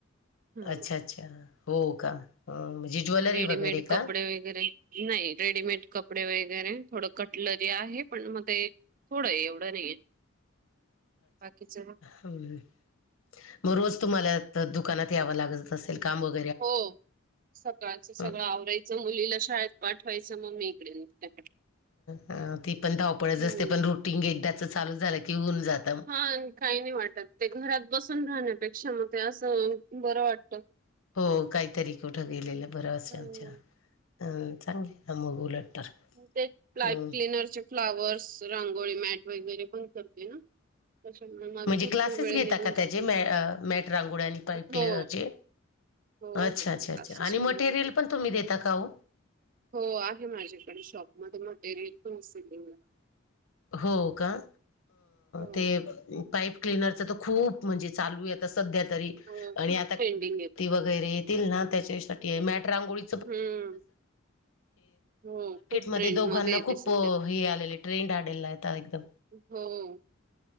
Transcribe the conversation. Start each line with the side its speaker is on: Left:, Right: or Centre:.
Right: हं
Left: अच्छा अच्छा हो का अ म्हणजे ज्वेलरी
Right: रेडीमेड
Left: वगैरे
Right: कपडे
Left: का
Right: वगैरे नाही रेडीमेड कपडे वगैरे थोडं कटलरी आहे पण मग ते थोडं ए एवढं नही बाकीच
Left: हमम मग रोज तुम्हाला अता दुकानात यावं लागत असेल का मग
Right: हो सकाळचं सगळं
Left: ह
Right: आवरायचं मुलीला शाळेत पाठवायचं म मी इकडे निघते
Left: ह ती पण धावपळच
Right: हम्म
Left: असते पण रुटीन एकदाच चालू झालं की होऊन जात
Right: हा काही नाही वाटत ते घरात बसून राहण्यापेक्षा मग ते असं बरं वाटत
Left: हो काहीतरी कुठं गेलेलं बरं असं
Right: हम्म
Left: आमच्या अ चांगले ना मग उलट तर
Right: ते प्इप
Left: हम्म.
Right: क्लनरचे फ्लावर्स रांगोळी मॅट वगैरे पण करते ना त्याच्यामुळे माझा
Left: म्हणजे
Right: भरपूर
Left: क्लासेस
Right: वेळ
Left: घेता
Right: निघून
Left: का
Right: जातो
Left: त्याचे मॅट रांगोळ आणि पाईप क्लनरचे
Right: हो हो
Left: अच्छा
Right: हो क्लासेस
Left: अच्छा अच्छा आणि मटेरियल
Right: पण घेते
Left: पण तुम्ही देता का हो
Right: हो आहे माझ्याकडे शॉपमध्येध्ये मटेरियल पण सिलिंग
Left: हो का
Right: हो
Left: ते पाईप क्लनरच खूप म्हणजे चालू आहे आता सध्या तरी
Right: हो
Left: आणि
Right: खूप
Left: आता
Right: ट्रेंडिंग येते
Left: वगैरे तील ना त्याच्यासाठी मॅट रांगोळी
Right: हम्म हो खूप
Left: म
Right: ट्रेंड
Left: दोघना
Right: मध्ये येते
Left: खप
Right: सध्या
Left: हे आलेले ट्रेंड आलेला आहेता एकदम
Right: हो